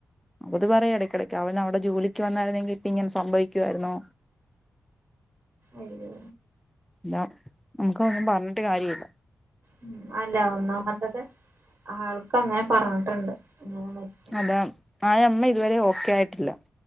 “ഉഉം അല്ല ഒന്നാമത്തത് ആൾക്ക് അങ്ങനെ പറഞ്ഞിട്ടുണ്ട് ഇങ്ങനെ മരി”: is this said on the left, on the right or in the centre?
Right